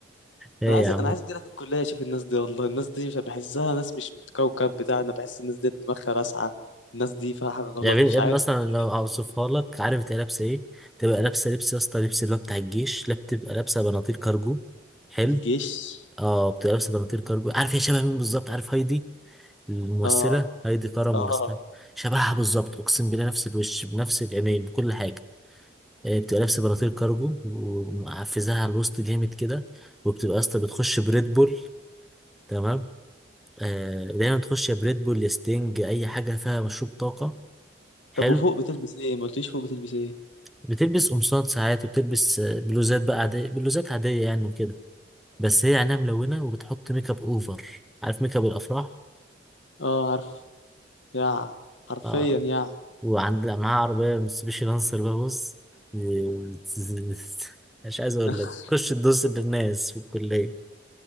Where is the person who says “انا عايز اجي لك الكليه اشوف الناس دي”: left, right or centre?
Left